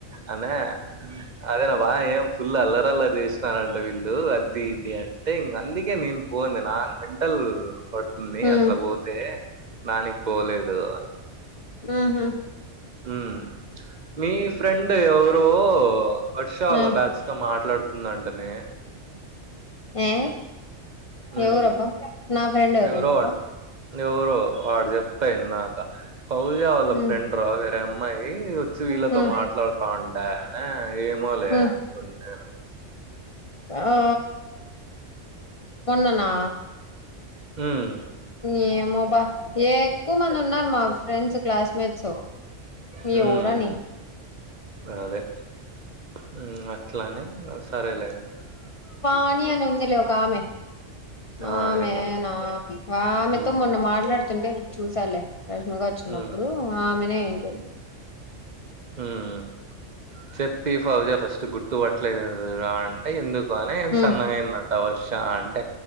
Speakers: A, on the right; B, on the left.
A: అన్య హ్మ్ అదేనబ్బా ఏం ఫుల్ అల్లరల్లరి చేస్తున్నారంట వీళ్ళు అది ఇది అంటే ఇంక అందుకే నేను పోంది నాన్ అసలు పడుతుంది
B: హ్మ్ హ్మ్
A: అట్లా పోతే దానికి పోలేదు
B: హ్మ్ హు
A: హ్మ్ మీ ఫ్రెండ్ ఎవరో వర్ష వాళ్ళ
B: ఆ
A: బ్యాచ్ తో మాట్లాడుత మాట్లాడుతుందటనే
B: హ్మ్
A: హ్మ్.
B: ఏ ఎవరబ్బా నా ఫ్రెండ్ ఎవరు
A: ఎవరో
B: ఉందబ్బా
A: వాడు ఎవరో వాడు చెప్పా ఇందాక పౌజా వాళ్ళ
B: హ్మ్
A: ఫ్రెండ్ రా వేరే అమ్మాయి వచ్చి వీళ్ళతో
B: హ్మ్
A: మాట్లాడుతా ఉండ అన ఏమో లే
B: హ్మ్
A: అనుకుంటే
B: ఆ మొన్ననా
A: హ్మ్
B: ఏమో బా ఏక్కువ మంది ఉన్నారు మా ఫ్రెండ్స్ క్లాస్మేట్స్
A: హ్మ్
B: ఎవరని
A: అదే హ్మ్ అట్లానే సరేలే
B: పావని అని ఉందిలే ఒకామే
A: ఆ!
B: ఆమెనా
A: ఏమో.
B: ఆమెతో
A: హ్మ్.
B: మొన్న మాట్లాడుతుంటే చూసాలే రష్మక వచ్చినప్పుడు
A: హ్మ్.
B: ఆమెనే ఏంట్రీ
A: హ్మ్ చెప్తి ఫౌజా ఫస్ట్ గుర్తు పట్టలేదురా అంటే ఎందుకు బానే
B: హ్మ్
A: సన్నగాయిందంట వర్ష అంటే